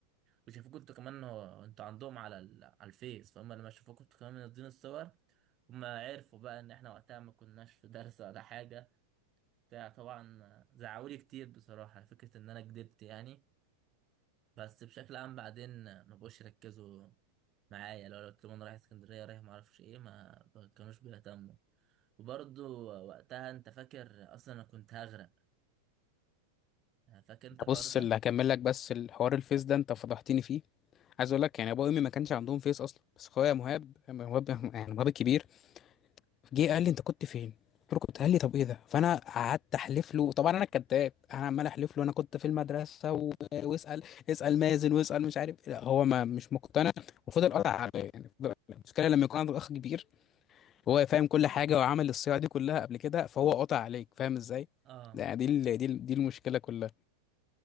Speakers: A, on the right; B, on the left.
A: وشافوك انتوا كمان هو انتوا عندهم على ال... على الفيس فهم لما شافوك انتوا كمان منزلين الصور هم عرفوا بقى ان احنا وقتها ما كناش في درس ولا حاجة بتاع طبعا زعقولي كتير بصراحة على فكرة ان انا كدبت يعني بس بشكل عام بعدين ما بقوش يركزوا معايا لو لو قلت لهم انا رايح اسكندرية رايح ما اعرفش ايه ما ما كانوش بيهتموا وبرضو وقتها انت فاكر اصلا انا كنت هغرق فاكر انت الحوار
B: بص
A: ده
B: اللي هكمل لك بس الحوار الفيس ده انت فضحتني فيه عايز اقول لك يعني ابويا وامي ما كانش عندهم فيس اصلا بس اخويا مهاب مهاب يعني مهاب الكبير جه قال لي انت كنت فين قلت له كنت قال لي طب ايه ده فانا قعدت احلف له طبعا انا الكذاب انا عمال احلف له انا كنت في المدرسه و... واسال اسال مازن واسال مش عارف لا هو ما مش مقتنع وفضل قطع عليا يعني فضل- المشكله لما يكون عندك اخ كبير هو فاهم كل حاجه وعمل الصياعه دي كلها قبل كده فهو قطع عليك فاهم ازاي
A: اه
B: يعني دي ال... دي ال... دي المشكله كلها